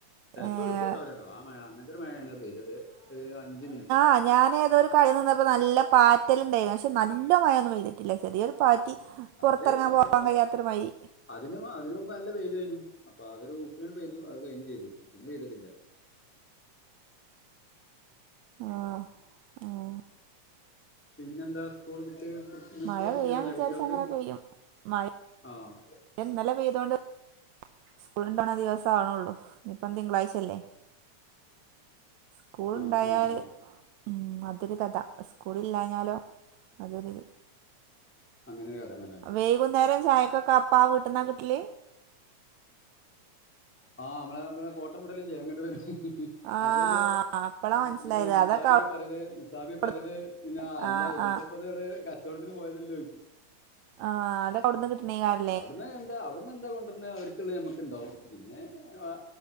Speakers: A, in the centre; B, on the right.
A: ചെൽപ്പോ
B: ഏഹ്
A: എടുക്കും ഉണ്ടാവില്ലട്ടോ ആ മഴ അങ്ങനത്തെ ഒരു മഴയാണ് പെയതത് ഒരു അഞ്ച് മിനിറ്റ്.
B: ആഹ് ഞാനേതൊരു <unintelligible> വന്നപ്പോ നല്ല പാറ്റൽ ഉണ്ടായിരുന്നു പക്ഷെ നല്ല മഴൊന്നും പെയ്തിട്ടില്ല ചെറിയൊരു പാറ്റി
A: അത്
B: പൊർത്തറങ്ങാൻ
A: അതൊരു
B: പോവാൻ കഴിയാത്തരു മഴി
A: അതിന് അതിന് മുമ്പ് നല്ല വെയിലേനു. അപ്പൊ അതൊരു ഊക്കിലാണ്ട് പെയ്തു അത് കഴിഞ്ഞും ചെയ്തു. പിന്നെ പെയ്തിട്ടില്ല
B: ആഹ് ആഹ്
A: പിന്നെ എന്താ സ്കൂൾ കുട്ടി മിസ്സ്‌
B: മഴ
A: കോൾ ഒന്നുല്ലല്ലൊ
B: പെയ്യാൻ
A: ല്ലേ
B: വിചാരിച്ച
A: കുട്ടികൾക്ക്?
B: അങ്ങനെ പെയ്യും മഴ
A: ആഹ്
B: ഇന്നലെ പെയ്തോണ്ട് സ്കൂള് ഉണ്ടാവണ ദിവസം ആവണേള്ളൂ ഇന്നിപ്പോ തിങ്കളാഴ്ച അല്ലേ സ്കൂള്
A: ആ
B: ഉണ്ടായാല്
A: ആ അതന്നെ
B: ഉം അതൊരു കഥ സ്കൂളില്ലാഞ്ഞാലോ അതൊരിത്
A: അങ്ങനെ ഒരു കഥയാണ് ല്ലേ?
B: വൈകുന്നേരം ചായക്കൊക്കെ അപ്പാ വീട്ടിന്നാ കിട്ടല്
A: ആഹ് നമ്മളെ നമ്മളെ ഫോട്ടോ വിടലില്ലേ ഇങ്ങട്ട് വരും
B: ആ
A: അതല്ലേ
B: അപ്പളാ
A: ഉം
B: മനസ്സിലായത്
A: ഇവര് നിസാബ്‌യൊക്കെ
B: അതൊക്കെ
A: പറയല് നിസാബി
B: അവിടുന്ന്
A: പറയല് പിന്നെ അല്ല
B: ആ
A: എന്തപ്പത്
B: ആ
A: ട് ക ച്ചോട്ത്തിന് പോയതല്ലെ യ്ച്ചും.
B: ആഹ് അതൊ ക്കവട്ന്നാ കിട്ട്ണെക്കാരം.
A: അവിടുന്ന് എന്താ അവിടുന്ന് എന്താ കൊണ്ടര്ന് അവര് ക്ക്ള്ളെ നമ്മക്ക്ണ്ടാവും. പിന്നെ വ